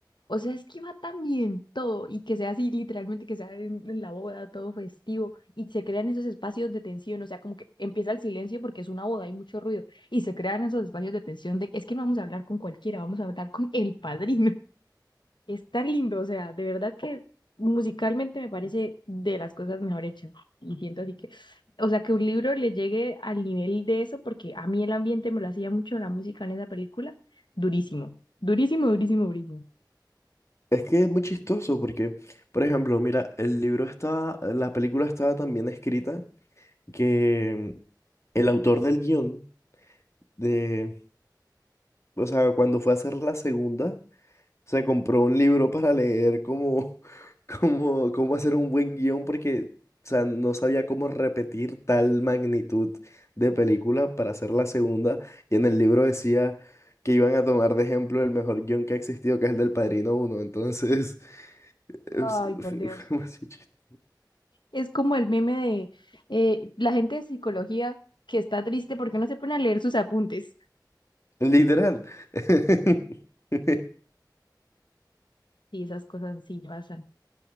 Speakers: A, on the left; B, on the left.
A: O sea, es que va tan bien todo y que sea así, literalmente, que sea en, en la boda, todo festivo y se crean esos espacios de tensión. O sea, como que empieza el silencio porque es una boda, hay mucho ruido y se crean esos espacios de tensión de es que no vamos a hablar con cualquiera, vamos a hablar con el padrino. <laughs> Es tan lindo, o sea, de verdad que musicalmente me parece de las cosas mejor hechas y siento así que, o sea, que un libro le llegue al nivel de eso porque a mí el ambiente me lo hacía mucho la música en esa película, durísimo, durísimo, durísimo, durísimo.
B: es que es muy chistoso porque, por ejemplo, mira, el libro estaba, la película estaba tan bien escrita que mm, el autor del guión de, o sea, cuando fue a hacer la segunda, Se compró un libro para leer cómo, <laughs> cómo, cómo hacer un buen guión porque, o sea, no sabía cómo repetir tal magnitud de película para hacer la segunda. Y en el libro decía que iban a tomar de ejemplo el mejor guión que ha existido, que es el del Padrino Uno Entonces, <laughs> es-
A: Ay,
B: <laughs>
A: por
B: fue
A: Dios.
B: demasiado chis-
A: Es como el meme de eh, la gente de psicología que está triste porque no se pone a leer sus apuntes.
B: literal. <laughs>
A: Sí, esas cosas sí pasan.